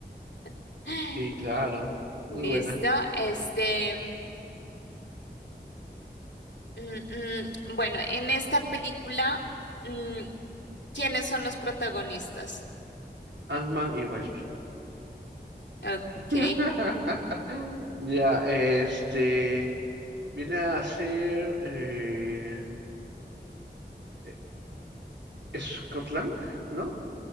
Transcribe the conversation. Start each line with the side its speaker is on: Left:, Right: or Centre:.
Left: <gasps> <sighs>
Right: Sí, claro,
Left: Listo.
Right: muy buena.
Left: Este, mm, mm, mm, bueno, en esta película, mm, ¿quiénes son los protagonistas?
Right: Ant-Man y Wasp.
Left: Ok,
Right: <laughs> Ya, este, viene a ser eh, eh, Scott Lang, ¿no?